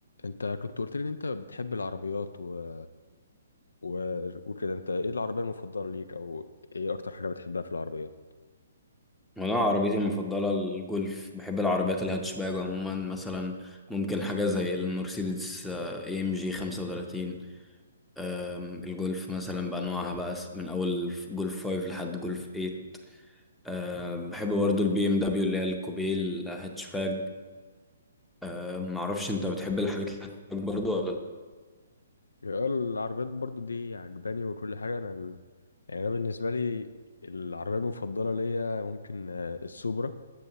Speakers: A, on the left; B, in the centre.
A: انت كنت قلت لي ان انت بتحب العربيات و... و... وكده انت ايه العربية المفضلة ليك او ايه اكتر حاجة بتحبها في العربيات
B: وانا عربيتي المفضله الجولف بحب العربيات الهاتشباج عموما مثلا ممكن حاجه زي المرسيدس اي ام جي 35 آم، الجولف مثلا بانواعها بقى س- من اول جولف 5 لحد جولف 8 آم، بحب برضو البي ام دبليو اللي هي الكوبيه الهاتشباج آم، معرفش انت بتحب الحاجات الهاتشباج برضو ولا
A: يعني العربيات برضو دي عجباني وكل حاجة انا ال... يعني انا بالنسبة لي العربية المفضلة ليا ممكن آه، السوبرا